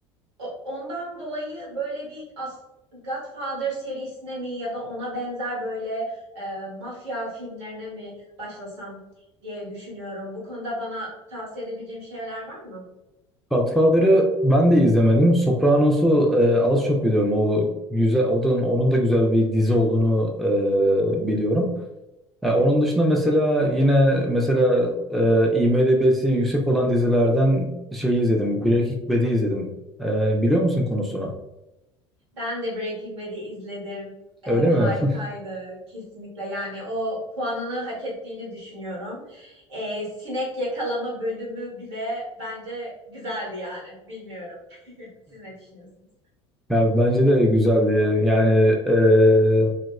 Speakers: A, on the right; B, in the centre.
A: o- ondan dolayı böyle bir as Godfather serisine mi ya da ona benzer böyle e, mafya filmlerine mi başlasam diye düşünüyorum. Bu konuda bana tavsiye edebileceğim şeyler var mı?
B: Godfather'ı ben de izlemedim. Sopranos'u e, az çok biliyorum. O güzel, o da onun da güzel bir dizi olduğunu e, biliyorum. E, onun dışında mesela yine mesela e, IMDb'si yüksek olan dizilerden şeyi izledim. Breaking Bad'i izledim. E, biliyor musun konusunu?
A: Ben de Breaking Bad'i izledim. Ee,
B: Öyle
A: harikaydı
B: mi? <laughs>
A: kesinlikle. Yani o puanını hak ettiğini düşünüyorum. Ee, sinek yakalama bölümü bile bence güzeldi yani. Bilmiyorum. <laughs> Siz ne düşünüyorsunuz?
B: Ya bence de güzeldi. Yani e,